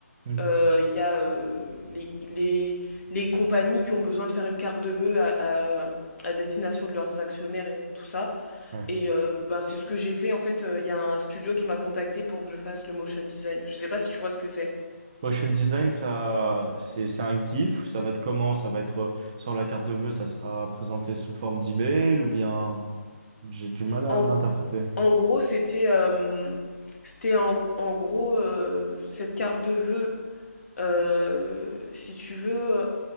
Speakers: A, on the right; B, on the left.
A: Hmm.
B: euh, Il y a euh, les, les, les compagnies qui ont besoin de faire une carte de vœux à, à- à destination de leurs actionnaires et tout ça.
A: Ouais.
B: Et euh, ben, c'est ce que j'ai fait. En fait, euh, il y a un studio qui m'a contacté pour que je fasse le motion design. Je sais pas si tu vois ce que c'est.
A: Motion design, ça, c'est, c'est un GIF. Ça va être comment? Ça va être euh, sur la carte de vœux, ça sera présenté sous forme d'email ou bien j'ai du mal à
B: En, gr-
A: l'interpréter.
B: en gros, c'était euh, c'était en, en gros euh, cette carte de vœux. euh, si tu veux.